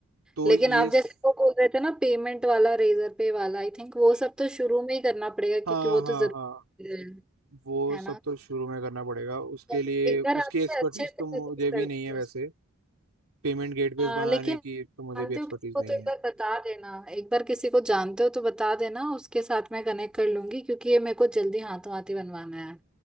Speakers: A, on the right (about 80°); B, in the centre.
A: तो
B: लेकिन
A: ये
B: आप
A: स-
B: जैसे वो बोल रहे थे ना पेमेंट वाला रेजर पे वाला आई थिंक वो सब तो शुरू में ही करना पड़ेगा क्योंकि
A: हाँ
B: वो तो
A: हाँ
B: जरूरी
A: हाँ
B: है
A: वो
B: है
A: सब
B: ना
A: तो शुरू में करना पड़ेगा उसके
B: तो
A: लिए
B: एक
A: उसकी
B: बार आपसे
A: एक्सपर्टीज
B: अच्छे से
A: तो मुझे
B: डिस्कस
A: भी
B: करते
A: नहीं है वैसे
B: हैं
A: पेमेंट गेटवेज
B: हाँ
A: बनाने
B: लेकिन
A: की तो मुझे
B: जानते
A: भी एक्सपर्टीज
B: हो किसको
A: नहीं
B: तो एक
A: है
B: बार बता देना एक बार किसी को जानते हो तो बता देना उसके साथ मैं कनेक्ट कर लूंगी क्योंकि ये मेरे को जल्दी हाथों हाथ ही बनवाना है